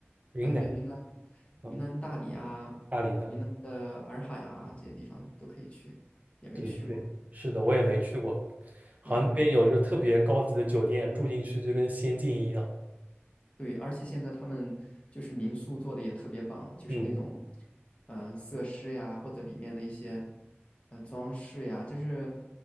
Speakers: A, on the right; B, on the left.
A: 云南，
B: 感觉云南、
A: 嗯，
B: 云南大理啊、
A: 大理，大理，
B: 云南的洱海啊这些地方都可以去，也没去过。
A: 对对，是的，我也没去过。好像那边有就特别高级的酒店，
B: 对
A: 住进去就跟仙境一样。
B: 对，而且现在他们就是民宿做的也特别棒，就是那种
A: 嗯，
B: 呃设施呀，或者里面的一些呃装饰呀，就是